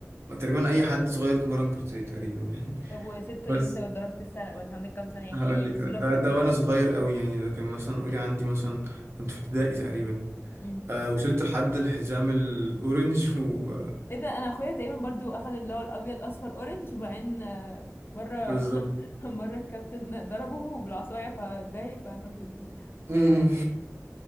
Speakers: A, on the right (about 50°); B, on the left (about 40°).
A: تقريبا اي حد صغير اتمرن كاراتيه تقريبا يعني
B: طب وسبته
A: <laughs> بس
B: امتى واتدربت السنة وانت عندك كام سنة احكي
A: هقول لك
B: لي تفصيل
A: ده
B: اكتر
A: ده
B: كده
A: وانا صغير قوي يعني ده كان مثلا قولي عندي مثلا كنت في ابتدائي تقريبا
B: امم
A: آه وصلت لحد الحزام الاورنج و
B: ايه ده انا اخويا تقريبا برضو اخد اللي هو الابيض اصفر اورنج وبعدين آه، مرة
A: <laughs> بالظبط
B: <laughs> مرة الكابتن ضربه بالعصاية فاتضايق فعصام تمرين
A: امم